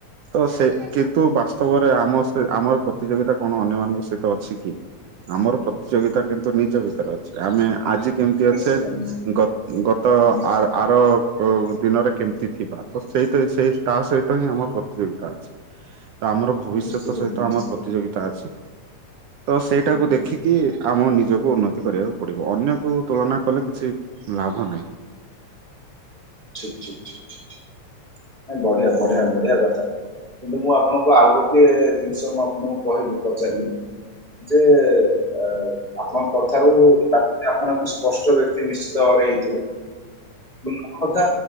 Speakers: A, on the right (about 80°); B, on the left (about 25°).
A: ତ ସେ କିନ୍ତୁ ବାସ୍ତବରେ ଆମ ଆମର ପ୍ରତିଯୋଗିତା କଣ ଅନ୍ୟମାନଙ୍କ ସହିତ ଅଛି କି? ଆମର ପ୍ରତିଯୋଗିତା କିନ୍ତୁ ନିଜ ଭିତରେ ଅଛି ଆମେ ଆଜି। କେମିତି
B: ନିଶ୍ଚିତ
A: ଅଛେ
B: ନିଶ୍ଚିତ
A: ଗ ଗତ
B: ନିଶ୍ଚିତ
A: ଆ ଆର ଅ ଦିନରେ। କେମିତି ଥିବା ତ ସେଇ ସେଇ ତା ସହିତ ହିଁ ଆମର ପ୍ରତିଯୋଗିତା ଅଛି। ତ ଆମର ଭବିଷ୍ୟତ
B: ନିଶ୍ଚିତ ନିଶ୍ଚିତ
A: ସହିତ
B: ଭାଇ ନିଶ୍ଚିତ
A: ଆମର ପ୍ରତିଯୋଗିତା ଅଛି। ତ ସେଇଟାକୁ
B: ହୁଁ
A: ଦେଖିକି। ଆମ ନିଜକୁ ଉନ୍ନତି କରିବାକୁ ପଡିବ ଅନ୍ୟକୁ ତୁଳନା କଲେ କିଛି ଲାଭ ନାହିଁ।
B: ଠିକ୍ ଠିକ୍ ଠିକ୍ ଠିକ୍ ଠିକ୍ ଠିକ୍। ବଢିଆ ବଢିଆ ବଢିଆ କଥା କିନ୍ତୁ ମୁଁ ଆପଣଙ୍କୁ ଆଉ ଗୋଟେ ଜିନିଷ ମୁଁ ଆପଣଙ୍କୁ କହିବି। ପଚାରିବି ଯେ ଏ ଆପଣଙ୍କ କଥାରୁ ଲା ଯେ ଆପଣ ଏକ ସ୍ପଷ୍ଟ ବ୍ୟକ୍ତି ନିଶ୍ଚିତ ଭାବରେ ହେଇଥିବେ। <unintelligible> କଥା